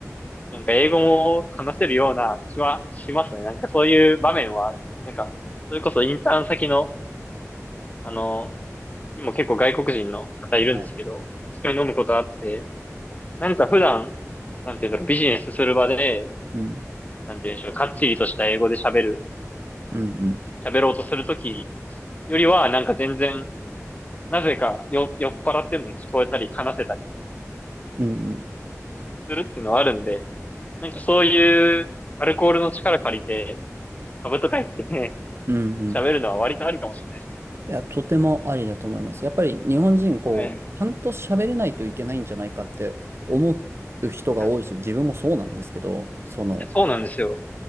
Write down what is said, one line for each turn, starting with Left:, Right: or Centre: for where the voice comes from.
Left: なんか英語も話せるような気はしますね。なんかそういう場面は、なんか、それこそインターン先の、あの、にも結構外国人の方いるんですけど、
Right: はい。
Left: 一緒に飲むことあって、なんか普段、なんていうんだろう、ビジネスする場で、
Right: うん。
Left: なんていうんでしょう、かっちりとした英語で喋る
Right: うん。
Left: 喋ろうとするときよりは、なんか全然、なぜかよ酔っ払ってるのに聞こえたり、話せたり
Right: うんうん
Left: するっていうのはあるんで、なんかそういうアルコールの力借りて、株とか言ってね、
Right: うんうん。
Left: 喋るのは割とありかもしれないです。
Right: いや、とてもありだと思います。やっぱり日本人、こう、
Left: はい。い
Right: ちゃんと喋れないといけないんじゃないかって思う人が多いし、
Left: や、
Right: 自分もそうなんですけど、その、
Left: そうなんですよ。